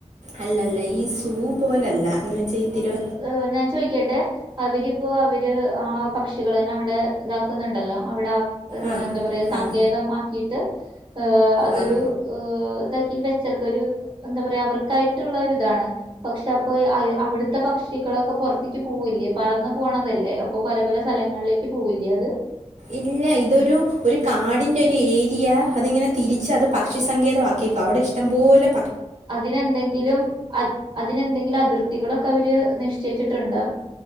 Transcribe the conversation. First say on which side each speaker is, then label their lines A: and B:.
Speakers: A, on the right; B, on the right.
A: അല്ല അല്ല ഈ സൂ പോലയല്ല. എന്ന് വെച്ച തിരു
B: ഉം ഞാൻ ചോദിക്കട്ടെ അവരിപ്പോ അവർ ആ പക്ഷികളന്നെ അവിടെ ഇതാക്കുന്നുണ്ടല്ലോ അവിടെ ഹ
A: ആഹ്
B: എന്താ പറയാ സങ്കേതം
A: ആഹ്
B: ആക്കിയിട്ട് ഏ അതൊരു
A: ആഹ്
B: ഇതാക്കിട്ട് വെച്ചർക്കേ ഒരു എന്താ പറയാ അവർക്കായിട്ടുള്ള ഒരു ഇതാണ് പക്ഷെ ഇപ്പൊ അവിടുത്തെ പക്ഷികളൊക്കെ പുറത്തേക്ക് പോവില്ലേ പറന്നു പോകണതല്ലേ അപ്പൊ പല പല സ്ഥലങ്ങളിലേക്ക് പോവില്ലേ അത്
A: ഇല്ല ഇതൊരു ഒരു കാടിന്റെ ഒരു ഏരിയ അതിങ്ങനെ തിരിച്ച് അത് പക്ഷിസങ്കേതമാക്കിക്കും അവിടെ ഇഷ്ട ഇഷ്‌ടംപോലെ
B: അതിനെന്തെങ്കിലും അ അതിനെന്തെങ്കിലും അതിർത്തികളൊക്കെ അവർ നിശ്ചയിച്ചിട്ടുണ്ടോ